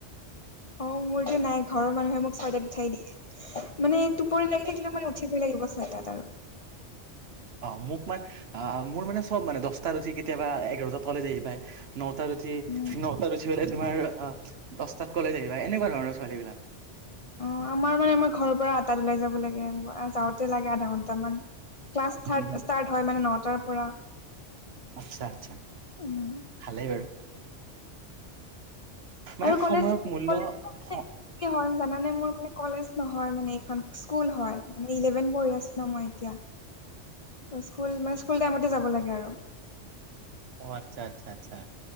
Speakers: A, on the left (about 45°); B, on the right (about 60°).
A: অ' মোৰটো নাই ঘৰৰ মানুহে মোক ছয় তাত উঠাই দিয়ে। মানে টোপনি লাগি থাকিলেও মানে উঠিবই লাগিব চয়টাত আৰু।
B: অ মোক মানে মোৰ মানে চব মানে দহটাত উঠি কেতিয়াবা একবজাত কলেজ আহি পায়। নটাত উঠি,
A: উম
B: নটা উঠি পেলাই তোমাৰ আ দছটাত কলেজ আহিবা এনেকুৱা ধৰণৰ ছোৱালীবিলাক।
A: অ আমাৰ মানে আমাৰ ঘৰৰ পৰা আঠটাত ওলাই যাব লাগে, <inaudible> যাওঁতে লাগে আধা ঘন্টামান। ক্লাছ থাৰ্ড
B: উম হুম
A: ষ্টাৰ্ট হয় মানে নটাৰ পৰা।
B: আচ্ছা আচ্ছা,
A: উম
B: ভালেই বাৰু। মানে
A: আৰু কলেজ
B: সময়ক মূল্য
A: কলেজ
B: স
A: হয় <inaudible> জানানে মোৰ কলেজ নহয় মানে এইখন স্কুল হয় মানে ইলেভেন পঢ়ি আছো ন মই এতিয়া। ত স্কুল মানে স্কুল টাইমতে যাব লাগে আৰু।
B: অ আচ্ছা আচ্ছা আচ্ছা,